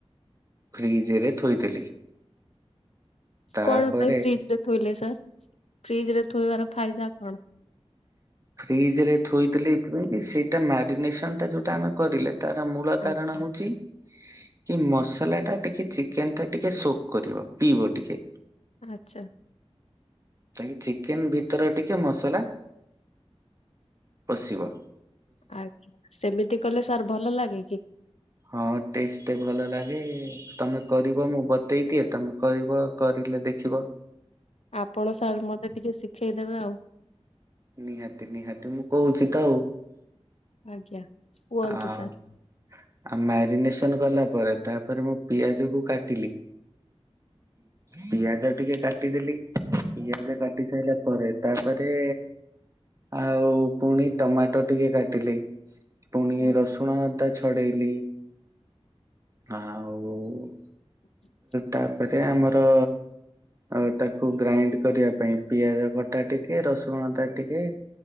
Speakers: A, on the right; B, on the left.
A: ଫ୍ରିଜରେ ଥୋଇଦେଲି। ତାପରେ
B: କଣ ପାଇଁ ଫ୍ରିଜ ରେ। ଥୋଇଲେ ସାର୍ ଫ୍ରିଜ ରେ ଥୋଇବାର ଫାଇଦା କଣ?।
A: ଫ୍ରିଜ ରେ ଥୋଇଦେଲି ଏଥିପାଇଁ କି ସେଇଟା ମ୍ୟାରିନେସନ ଟା ଯୋଉଟା ଆମେ କରିଲେ। ତାର ମୂଳ
B: ଆଜ୍ଞା।
A: କାରଣ ହଉଛି। କି ମସଲା ଟା ଟିକେ ଚିକେନ ଟା ଟିକେ ସୋକ କରିବ ପିଇବ ଟିକେ।
B: ଆଛା।
A: ତ ଏଇ ଚିକେନ ଭିତର ଟିକେ ମସ। ମସଲା ପସିବ।
B: ଆଜ୍ଞ୍ୟା ସେମିତି କଲେ ସାର୍ ଭଲ ଲାଗେ କି?।
A: ହଁ ଟେଷ୍ଟ ଟା ଵି ଭଲ ଲାଗେ। ତମେ କରିବ ମୁଁ ବତେଇ ଦିଏ ତମେ କରିବ କରିଲେ ଦେଖିବ।
B: ଆପଣ ସାର୍ ମତେ ଟିକେ ଶିଖେଇଦେବେ ଆଉ।
A: ନିହାତି ନିହାତି ମୁଁ କହୁଛି ତ ଆଉ।
B: ଆଜ୍ଞା କୁହନ୍ତୁ
A: ଆଉ
B: ସାର୍।
A: ଆଉ ମ୍ୟାରିନେସନ କଲା ପରେ ତାପରେ ମୁଁ ପିଆଜ କୁ କାଟିଲି। ପିଆଜ ଟିକେ କାଟିଦେଲି। ପିଆଜ କାଟି ସାରିଲା ପରେ ତାପରେ। ଆଉ ପୁଣି ଟମାଟୋ ଟିକେ କାଟିଲି। ପୁଣି
B: ଆ-
A: ରସୁଣ ଅଦା ଛଡେଇଲି ଆଉ।
B: ହ
A: ତାପରେ ଆମର। ଆଉ ତାକୁ ଗ୍ରାଇଣ୍ଡ କରିବା ପାଇଁ ପିଆଜ କଟା ଟିକେ ରସୁଣ ଅଦା ଟିକେ।